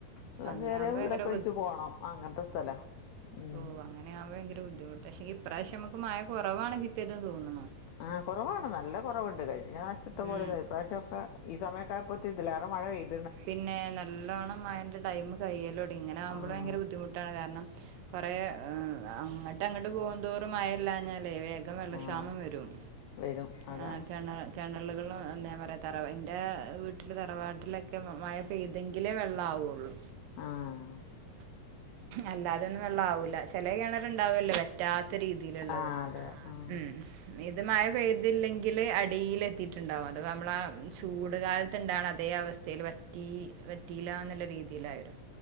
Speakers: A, on the left; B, on the right.
A: വെള്ളം
B: അങ്ങനെ
A: കേറിയാ
B: ആകുമ്പോ
A: വീടൊക്കൊഴിച്ച്
B: ഭയങ്കര
A: പോണം അങ്ങൻത്തെ സ്ഥലാ. ഉം
B: ഓ അങ്ങനാവുമ്പൊ ഭയങ്കര ബുദ്ധിമുട്ടാ. പക്ഷെ ഇപ്രാവശ്യ നമുക്ക് മഴ കുറവാണ് കിട്ടിയത് ത്തോന്നുണു
A: ആ കുറവാണ് നല്ല കുറവ്ണ്ട് കഴിഞ്ഞ പ്രാശ്യത്തെ പോലെന്നൊല്ല
B: ഉം
A: ഇപ്രാവശ്യക്കെ ഈ സമയക്കായപോത്തിനി തിലേറെ മഴ പെയ്ത്.
B: പിന്നേ നല്ലോണം മയന്റെ ടൈമ് കെയ്യൊലൊടങ്ങി. ഇങ്ങനാകുമ്പോ
A: ആഹ്
B: ഭയങ്കര ബുദ്ധിമുട്ടാണ്. കാരണം കൊറെ അ അങ്ങട്ട് അങ്ങട്ട് പോക്ന്തോറും മയല്ലാഞ്ഞ ല്ലെ വേഗം വെള്ള
A: ആഹ്
B: ക്ഷാമം വരും.
A: വരും അതാണ്
B: ആ കിണ കെണലുകളും എന്താ പറയാ തറവാ എൻ്റെ വീട്ടിൽ തറവാട്ടിലൊക്കെ ക്കെ മയ പെയ്തെങ്കിലേ വൊള്ളാവൊള്ളൂ.
A: ആഹ്
B: അല്ലാതൊന്നും വെള്ളാവൂല. ചെല കെണറ്ണ്ടാവല്ലോ വറ്റാത്ത രീതിയിലുള്ളത്
A: ആഹ് അതെ
B: ആ
A: ആഹ്
B: ഉം ഇത് മഴ പെയ്തില്ലെങ്കില് അടീലെത്തിയിട്ടുണ്ടാവും. അത് നമ്മളെ ചൂട് കാലത്ത്ണ്ടാവ്ണ അതേ അവസ് വറ്റീ വറ്റീലാന്ന്ള്ള രീതിയിലായിരുന്നു.